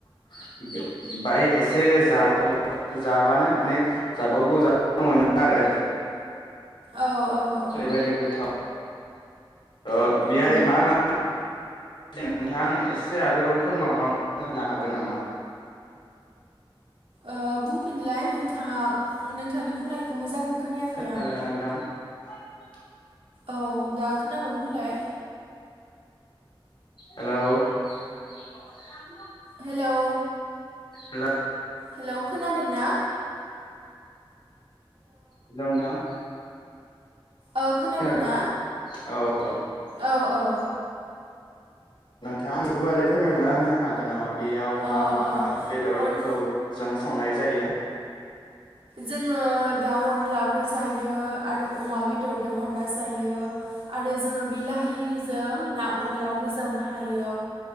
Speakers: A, on the left (about 70°); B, on the right (about 90°).
A: <unintelligible> बाय एसे जाबाव जाबानो माने जाबावगौ जाबावगौ मोनो आरो।
B: औ औ औ
A: ओरैबादि गोथाव। ओ बेहाय
B: उम
A: मा मा नोंथांङा एसे आरोबाव फोरमायबावना होनो हागोन नामा?
B: ओ बुंफिनलाय नोंथाङा नोंथांनि बुंनायखौ मोजां खोनायाखै
A: खोनादोंना
B: आं।
A: <inaudible>
B: औ दा खोनाबाय बुंलाय
A: हेलौ <unintelligible>
B: हेलौ
A: हेल
B: हेलौ खोनादों ना?
A: हेलौ नोंथां
B: औ खोनादोंना
A: खोनादों औ
B: औ औ
A: नोंथाङा गुवारै फोरमायबना होनो हागोन नामा बेयाव
B: अ
A: मा मा
B: अ
A: बेदरखौ
B: अन
A: जों संनाय जायो।
B: जोङो दाउ अनलाबो जायो आरो अमा बेदरजों अनला जायो आरो जोङो बिलाहिजों ना अनलाबो जानो हायो।